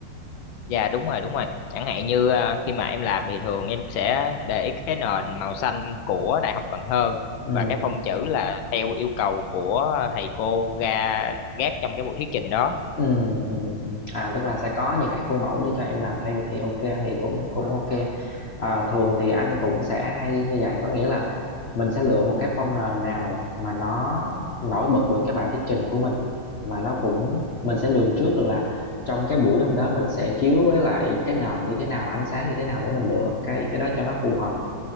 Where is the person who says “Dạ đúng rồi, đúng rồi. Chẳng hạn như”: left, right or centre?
Left